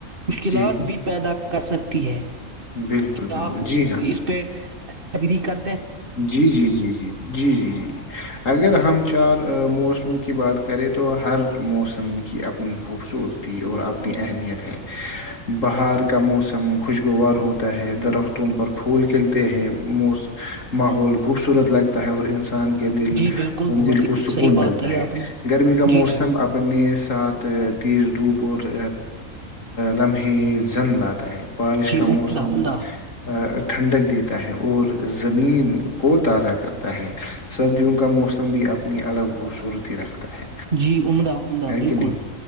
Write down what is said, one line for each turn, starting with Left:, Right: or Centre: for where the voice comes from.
Right: مشکلات
Left: جی
Right: بھی پیدا کر سکتے تی ہے
Left: بالکل بالکل
Right: آپ
Left: جی ہاں
Right: اس پہ ایگگریکلر
Left: جی جی جی جی جی جی جی اگر ہم چار موسموں کی بات کریں تو ہر موسم کی اپنی خوبصورتی اور اپنی اہمیت ہے بہار کا موسم خوشگوار ہوتا ہے درختوں پر پھول کھلتے ہیںو ماحول خوبصورت لگتا ہے اور انسان دل
Right: جی بالکل بہت
Left: دل
Right: ہی
Left: کو سکون
Right: صحیح بات
Left: ملتا
Right: کہی
Left: ہے
Right: آپ نے
Left: گرمی کا
Right: جی
Left: موسم
Right: جی
Left: اپنے ساتھ تیز دھوپ اور لمحے زن لاتا ہے بارش کا
Right: جی عمدہ
Left: موسم
Right: عمدہ
Left: ٹھنڈک دیتا ہے اور زمین کو تازہ کرتا ہے سردیوں کا موسم بھی اپنی الگ خوبصورتی رکھتا ہے
Right: جی عمدہ عمدہ
Left: ہے
Right: بالکل
Left: کہ نہیں